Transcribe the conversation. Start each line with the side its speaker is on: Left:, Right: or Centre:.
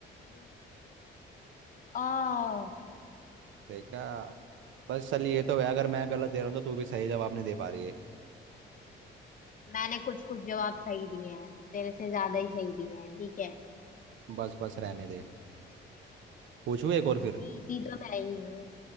Left: यार आ
Right: देखा बस चल ये तो है अगर मैं गलत दे रहा हूँ तो तू भी सही जवाब नहीं दे पा रही है
Left: मैंने कुछ कुछ जवाब सही दिए हैं तेरे से ज्यादा ही सही दिए हैं ठीक है
Right: बस बस रहने दे पूछू एक और
Left: जीती
Right: फिर
Left: तो मैं ही हूँ